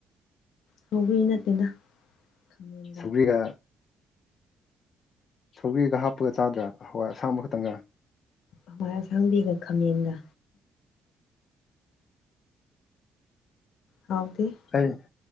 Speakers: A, on the left; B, on the left.
A: ꯁꯧꯒꯤ ꯅꯠꯇꯦꯗ ꯈꯥꯃꯦꯟꯒ
B: ꯁꯧꯒ꯭ꯔꯤꯒ ꯁꯧꯒ꯭ꯔꯤꯒ ꯍꯥꯞꯄꯒ ꯆꯥꯗ꯭ꯔꯥ ꯍꯋꯥꯏ ꯑꯁꯥꯡꯕ ꯈꯛꯇꯪꯒ
A: ꯍꯋꯥꯏ ꯑꯁꯥꯡꯕꯤꯒ ꯈꯥꯃꯦꯟꯒ ꯍꯥꯎꯇꯦ
B: ꯑꯩ